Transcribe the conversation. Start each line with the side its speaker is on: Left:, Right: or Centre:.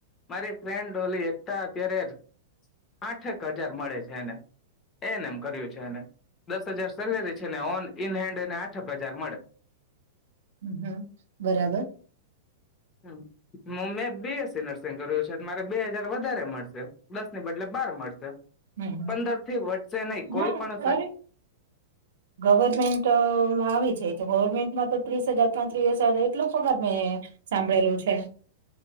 Left: મારી ફ્રેન્ડ ઓલી એકતા અત્યારે આઠેક હજાર મળે છે એને એને એમ કર્યું છે એને દસ હજાર સેલેરી છેને ઓન ઇન હેન્ડ એને આઠક બજાર મળે.
Right: હમ હમ, બરાબર.
Left: હ, હું મે બીએસી નર્સ સેંગર્યો છે મારે બે હજાર વધારે મળશે. દસ ને બદલે બાર મળશે.
Right: હમ,
Left: પંદર થી વધશે નહી કોઈ
Right: ના
Left: પણ સર
Right: અરે, ગવર્મેન્ટમાં આવી જાય તો ગવર્મેન્ટમાં તો ત્રીસ હજાર ત્રણ ત્રીએસ હજાર ટલો પગાર મેં સાંભળેલું છે.